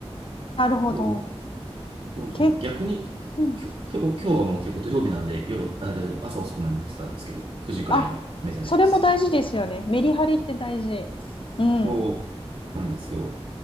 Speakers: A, on the left; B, on the right.
A: なるほど。
B: そうそうそう。
A: け、
B: 逆に、
A: うん。
B: きょ今日今日はもう結構土曜日なので、夜、あ朝遅くまで寝てたんですけど、9時くらいに目覚めました。
A: あ、それも大事ですよね。メリハリって大事。うん。
B: そうなんですよ。